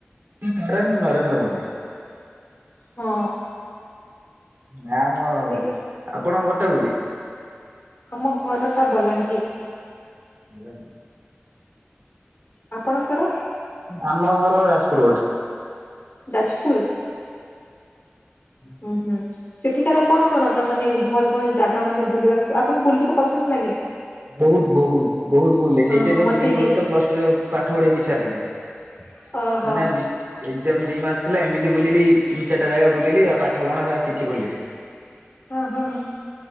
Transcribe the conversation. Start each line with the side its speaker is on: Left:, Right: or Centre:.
Right: କାରଣ ନରେନ୍ଦ୍ର ମୋଦି।
Left: ହଁ।
Right: ନାଁ ଆମ
Left: ଦେ
Right: ଆପଣଙ୍କ ଘଟେ କୋଉଠି।
Left: ଆମ ଘର ଟା ବଲାଙ୍ଗୀର୍।
Right: ବଲାଙ୍ଗିର୍।
Left: ଆପଣଙ୍କର
Right: ଆମ ଘର ଯାଜପୁର୍ ରୋଡ଼୍।
Left: ଯାଜପୁର୍। ହୁଁ ହୁଁ ସେଠିକାର କଣ କଣ ତାମାନେ ଭଲ୍ ଭଲ୍ ଜାଗା ମାନେ ବୁଲିବାକୁ ଆପଣଙ୍କୁ ବୁଲିବାକୁ ପସନ୍ଦ୍ ଲାଗେ।
Right: ବହୁତ୍ ବହୁତ୍ ବହୁତ୍ ବୁ ସେଇଥି
Left: ହଁ ହଁ ମତେ
Right: ବୁଲିଲି
Left: ବି
Right: ବ ତ ପ୍ଲସ୍। ପାଠ ପଢିବା କିଛି ହେଲେ ନାହିଁ
Left: ଓହୋ
Right: ମାନେ। ଯେ ଦି ମାସ ଥିଲା ଏମିତି ବୁିଲି ତିନି ଚାରିା ଜାଗା ବୁଲିଲିଉଠ ପଠ କଣ ଆଉ କିଛି ବୁଲିନି
Left: ହଁ ହୁଁ